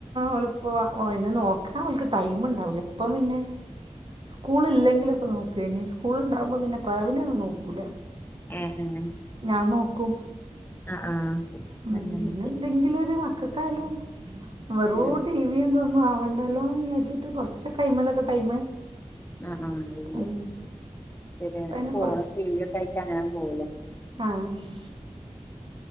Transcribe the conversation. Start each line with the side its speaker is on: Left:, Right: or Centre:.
Right: ഓലുപ്പ വാങ്ങ് ഓ അയിനെ നോക്കാൻ ഓല്ക്ക് ടൈം ഉണ്ടാവൂല ഇപ്പ പിന്നെ സ്കൂളില്ലെങ്കിലൊക്കെ നോക്കേനി സ്കൂളുണ്ടാവുമ്പോ പിന്നെ പ്രാവിനെ ഒന്നും നോക്കൂല.
Left: ആ ആഹ്
Right: ആ നോക്കും
Left: ആഹ്
Right: ഉം
Left: അങ്ങനൊക്കെ
Right: പിന്നെ എന്തെങ്കിലു ഒരു മക്കക്കായാലും വെറും
Left: ഉം
Right: ടീവിയും ഇതൊന്നും ആവണ്ട മതിയല്ലോന്ന് വിചാരിച്ചിട്ട് കുറച്ചൊക്കെ അയ്മിലൊക്കെ ടൈമ്
Left: ആ ആഹ് അല്ലെ
Right: ഉം
Left: ശരിയാണ്
Right: അതിന്
Left: ഫോണും ടിവിയൊഒക്കെ ആയിട്ട് അങ്ങിനെ പോവൂലേ?
Right: ആഹ്